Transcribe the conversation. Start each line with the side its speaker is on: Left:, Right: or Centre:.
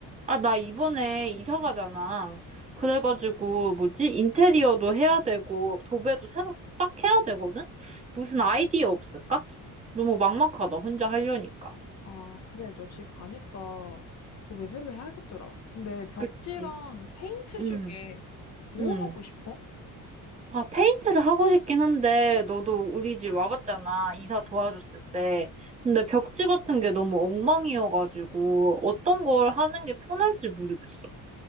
Right: 아, 나 이번에 이사 가잖아. 그래가지고, 뭐지? 인테리어도 해야 되고, 도배도 새로 싹 해야 되거든? 무슨 아이디어 없을까? 너무 막막하다, 혼자 하려니까.
Left: 아, 그래. 너 집 가니까 도배 새로 해야겠더라. 근데 벽지랑
Right: 그치.
Left: 페인트
Right: 응,
Left: 중에 뭐
Right: 응.
Left: 하고 싶어?
Right: 아, 페인트를 하고 싶긴 한데, 너도 우리 집 와봤잖아. 이사 도와줬을 때. 근데 벽지 같은 게 너무 엉망이어가지고, 어떤 걸 하는 게 편할지 모르겠어.